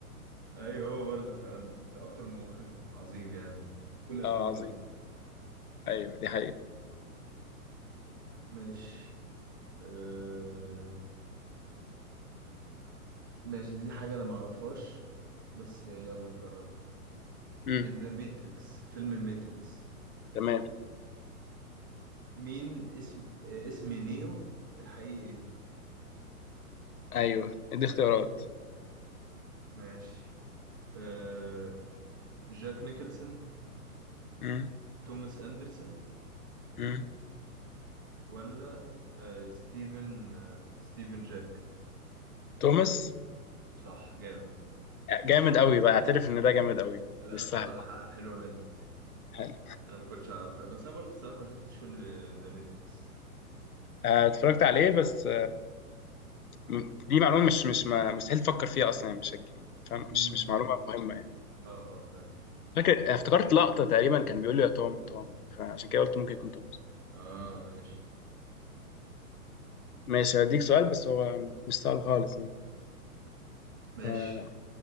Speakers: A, on the right (about 15°); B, on the left (about 75°).
A: أيوه هو برضو أنا ده أكتر مخرج عظيم يعني كل أفلامه
B: <laughs> اه عظيم
A: جامدة
B: ايوه دي حقيقة
A: ماشي آه... ماشي دي حاجة أنا معرفهاش بس يلا نجرب
B: امم
A: ان ذا ماتريكس فيلم الماتريكس
B: تمام
A: مين اسم آه، اسم نيو الحقيقي ايه
B: ايوه دي اختيارات
A: ماشي أه... جاك نيكلسون
B: امم
A: توماس اندرسون
B: امم
A: ولا أه... ستيفن أه... ستيفن جاك
B: توماس
A: صح جامد
B: جامد قوي بقى اعترف ان ده جامد قوي
A: لا
B: مش
A: الصراحة
B: سهل
A: حلوة منك
B: حلو
A: انا ما كنتش اعرف بس انا برضو الصراحة ما شفتش فيلم ذا ماتريكس
B: آه، اتفرجت عليه بس م- دي معلومه مش مش ما- مستحيل تفكر فيها اصلا يعني مش هتجي- فاهم
A: مم.
B: مش مش معلومه مهمه يعني
A: اه اه فاهم
B: فاكر افتكرت لقطه تقريبا كان بيقول لي يا توم توم فعشان كده قلت ممكن يكون توم
A: اه ماشي
B: ماشي هديك سؤال بس هو مش سؤال خالص يعني
A: ماشي
B: آه،